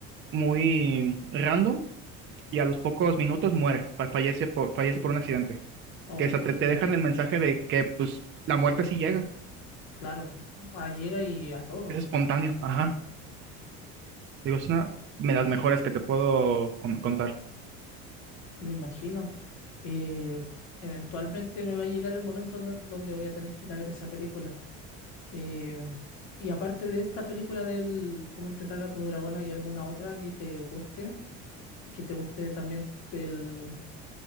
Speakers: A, on the right (about 40°); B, on the left (about 80°).
A: muy random y a los pocos minutos muere, fa- fallece por, fallece por un accidente.
B: Oh,
A: Que
B: qué
A: se te,
B: triste.
A: te dejan el mensaje de que pues la muerte sí llega,
B: Claro, ah, llega y a todos,
A: es espontáneo. Ajá. Digo, es una de las mejores que te puedo con- contar.
B: me imagino. Eh, eventualmente me va a llegar el momento no- donde voy a tener que ir a ver esa película. Eh, y aparte de esta película del Cómo entrenar a tu dragón, ¿hay alguna otra que te guste? Que te guste también del...